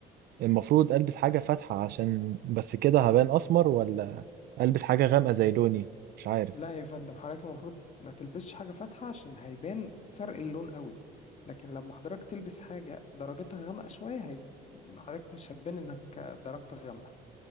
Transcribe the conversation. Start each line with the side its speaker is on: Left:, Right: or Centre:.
Right: فالمفروض البس حاجه فاتحه عشان بس كده هبان اسمر ولا البس حاجه غامقه زي لوني مش عارف
Left: لا يا فندم حضرتك المفروض ما تلبسش حاجه فاتحه عشان هيبان فرق اللون قوي لكن لما حضرتك تلبس حاجه درجتها غامقه شويه هي... حضرتك مش هتبان انك درجتك غامقه